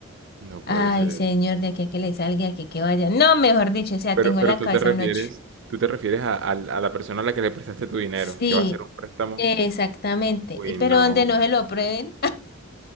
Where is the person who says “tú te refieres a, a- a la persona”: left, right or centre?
Right